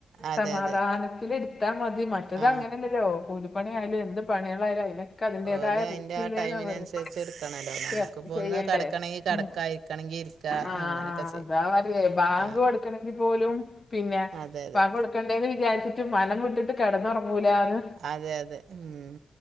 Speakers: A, on the right; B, on the left.
A: അതെ
B: സമാധാനത്തില്
A: അതെ
B: എടുത്താ മതി മറ്റത്
A: ആ
B: അങ്ങനെ അല്ലല്ലോ കൂലി പ്പണി ആയാലും എന്ത് പണികളായാലും അതിനൊക്കെ അതിന്റെതായ
A: ഓലെ അതിന്റെ
B: റിസ്‌ക്കില്ലേന്നാ
A: ആ ടൈമിനനുസരിച്ച്
B: പറയാ
A: എടുക്കണല്ലോ നമുക്കിപ്പോ
B: <unintelligible> ചെയ്യണ്ടേ
A: ഒന്ന് കിടക്കണമെങ്കിൽ കിടക്ക
B: ഇം
A: ഇരിക്കണമെങ്കിൽ ഇരിക്ക
B: ആഹ്
A: അങ്ങനൊക്കെ ചെയ്യും
B: അതാ പറയേ ബാങ്ക്
A: ആ
B: കൊടു ക്കണെങ്കി പോലും പിന്നെ
A: അതെ അതെ
B: ബാങ്ക് കൊടുക്കണ്ടേന്ന് വിചാരിച്ചിട്ട് മനം വിട്ടിട്ട് കിടന്നൊറ ങ്ങൂലാന്ന്
A: അതെ അതെ ഉം